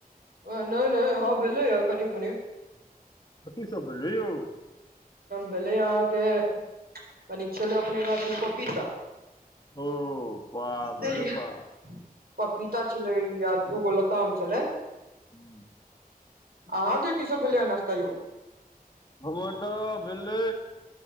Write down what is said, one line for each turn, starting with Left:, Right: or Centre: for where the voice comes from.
Right: एं नै नै हँ भेलैयै कनिक मनिक।
Left: कथी सब भेलै यौ?
Right: भेलै अहाँके कनिक छलै अपने गाछ मे पपीता
Left: ओ बाप
Right: देलियै
Left: रे बा।
Right: पपीता छलै आ दूगो लताम छलै।
Left: हूं।
Right: अहाँके की सब भेलैयै नस्ता यौ?
Left: हमर तऽ भेलै